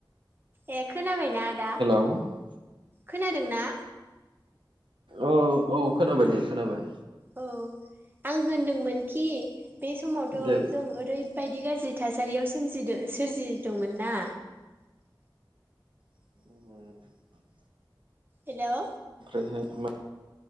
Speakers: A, on the right; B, on the right.
A: ए खोनाबायना आदा
B: औ
A: खोनादोंना?
B: औ औ खोनाबाय दे खोनाबाय।
A: औ आं होनदोंमोनखि बे समावथ'
B: देल
A: जों ओरैबायदि गाज्रि थासारियाव सोमजिदो सोरजिदोंमोन ना।
B: <inaudible>
A: हेल'
B: है हैत मा